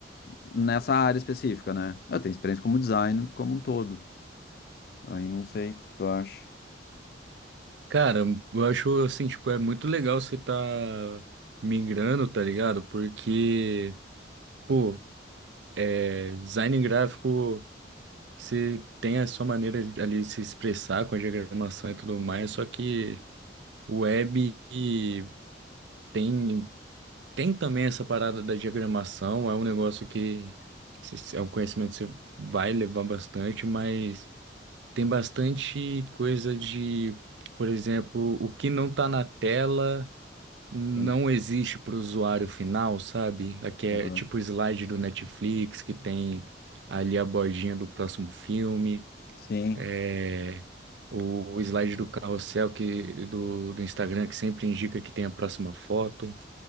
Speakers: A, on the left (about 55°); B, on the right (about 80°).
A: nessa área específica, né? Eu tenho experiência como designer como um todo. Aí não sei o que, que tu acha.
B: Cara, eu acho assim, tipo, é muito legal você tá migrando, tá ligado? Porque, pô, é, design gráfico, você tem a sua maneira de- ali de se expressar com a diagramação e tudo mais, só que o web e tem, tem também essa parada da diagramação, é um negócio que se- se- é um conhecimento que você vai levar bastante, mas. Tem bastante coisa de, por exemplo, o que não tá na tela não
A: Sim.
B: existe para o usuário final, sabe? Aqui é
A: Aham.
B: tipo o slide do Netflix que tem ali a bordinha do próximo filme,
A: Sim,
B: é, o, o slide do carrossel que, do, do Instagram que sempre indica que tem a próxima foto.